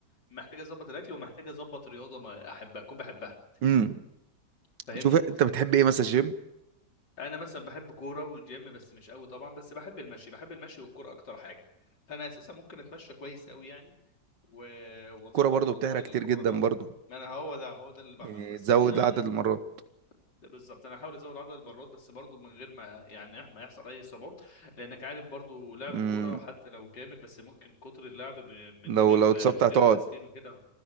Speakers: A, on the left; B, on the right.
A: محتاج اظبط الاكل ومحتاج اظبط رياضه ما احبها اكون بحبها
B: امم
A: فاهمني
B: شوف انت بتحب ايه مثلا جيم
A: انا مثلا بحب كوره والجيم بس مش قوي طبعا بس بحب المشي بحب المشي والكوره اكتر حاجه فانا اساسا ممكن اتمشى كويس قوي يعني و- واظبط
B: كرة برضو
A: موضوع
B: بتحرق
A: الكوره
B: كتير جدا
A: ده اه
B: برضو
A: ما انا هو ده هو ده اللي بعمله
B: إيه،
A: بس
B: تزود
A: يعني
B: عدد المرات
A: ده بالظبط انا هحاول ازود عدد المرات بس برضو من غير ما يعني ما يحصل اي اصابات لانك عارف برضو لعب
B: امم
A: الكوره حتى لو جامد بس ممكن كتر اللعب ب- من
B: لو
A: غير
B: لو اتصبت
A: من
B: هتقعد
A: غير تسخين وكده